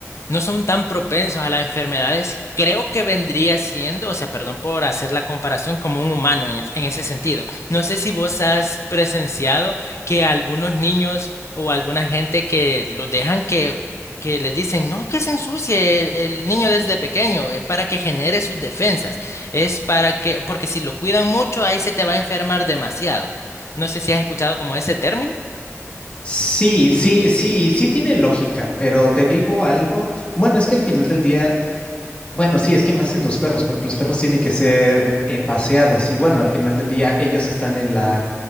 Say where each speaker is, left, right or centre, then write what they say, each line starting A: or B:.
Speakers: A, on the left; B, on the left.
A: no son tan propensos a las enfermedades, creo que vendría siendo, o sea, perdón por hacer la comparación, como un humano en, el- en ese sentido. No sé si vos has presenciado que algunos niños o alguna gente que los dejan que, que les dicen, no, que se ensucie el, el niño desde pequeño, es para que genere sus defensas, es para que, porque si lo cuidan mucho, ahí se te va a enfermar demasiado. No sé si has escuchado como ese término.
B: Sí, sí, sí, sí tiene lógica, pero te digo algo. Bueno, es que al final del día, bueno, sí, es que más en los perros, porque los perros tienen que ser eh, paseados y bueno, al final del día ellos están en la